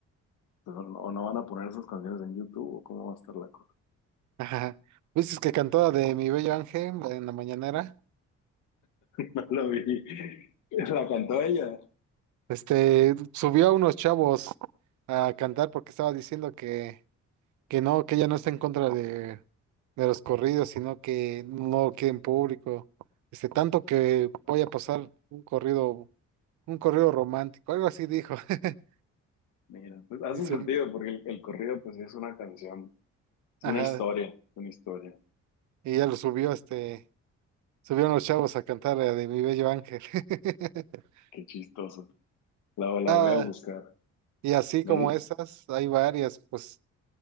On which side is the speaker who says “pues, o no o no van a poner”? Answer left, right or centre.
Left